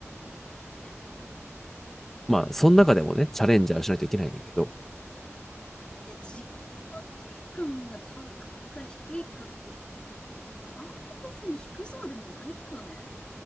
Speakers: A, on the left (about 20°); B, in the centre.
A: う。いや、
B: う。まあ、その中でもね、
A: ど、
B: チャレンジはしないといけないねんけど。
A: いや、自己肯定感が高いか低いかって、あんま別に低そうでもないけどね。